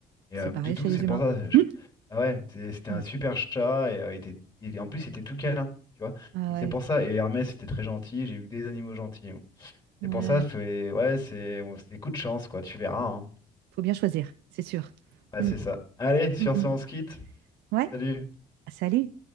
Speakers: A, on the left; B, on the right.
A: Et
B: c'est
A: euh,
B: pareil
A: Doudou,
B: chez
A: c'est
B: les
A: pour
B: humains.
A: ça. je-
B: <laughs>
A: Ah ouais, c'est- c'était
B: Ouais.
A: un super chat, et euh, il était- il- en plus, il était tout câlin, tu vois.
B: Ah
A: Donc
B: ouais,
A: c'est pour ça. Et Hermès, c'était très gentil, j'ai eu que des animaux gentils. moi.
B: ouais.
A: C'est pour ça, fait... ouais, c'est bon, c'est coup de chance, quoi, tu verras. hein.
B: Faut bien choisir, c'est sûr.
A: Ouais,
B: Mmh,
A: c'est ça. Allez, sur
B: mmh mh.
A: ce, on se quitte.
B: Ouais,
A: Salut.
B: salut.